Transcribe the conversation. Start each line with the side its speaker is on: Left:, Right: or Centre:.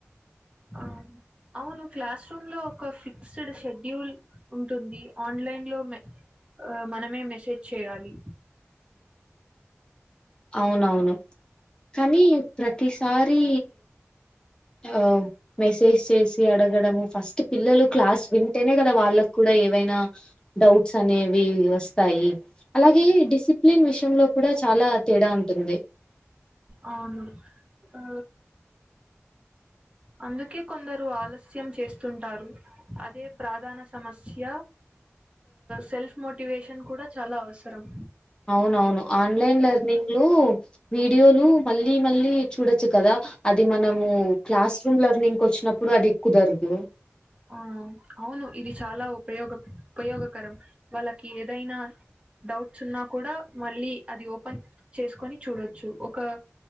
Right: ఆ అవును క్లాస్ రూమ్ లో ఒక ఫిక్స్డ్ షెడ్యూల్ ఉంటుంది ఆన్లైన్ లో ఆ మనమే మెసేజ్ చేయాలి
Left: అవునవును కానీ ప్రతిసారి ఆ మెసేజ్ చేసి అడగడం ఫస్ట్ పిల్లలు క్లాస్ వింటేనే కదా వాళ్ళకు కూడా ఏవైనా డౌట్స్ అనేవి వస్తాయి అలాగే డిసిప్లిన్ విషయంలో కూడా చాలా తేడా ఉంటుంది
Right: అవును ఆ అందుకే కొందరు ఆలస్యం చేస్తుంటారు అదే ప్రాధాన సమస్య సెల్ఫ్ మోటివేషన్ కూడా చాలా అవసరం
Left: అవునవును ఆన్లైన్ లెర్నింగ్ లో వీడియోలు మళ్ళీ మళ్ళీ చూడొచ్చు కదా అది మనము క్లాస్ రూమ్ లర్నింగ్ కొచ్చినప్పుడు అది కుదరదు
Right: ఆ అవును ఇది చాలా ఉపయోగం ఉపయోగకరం వాళ్ళకి ఏదైనా డౌట్స్ ఉన్నా కూడా మళ్ళీ అది ఓపెన్ చేసుకొని చూడొచ్చు ఒక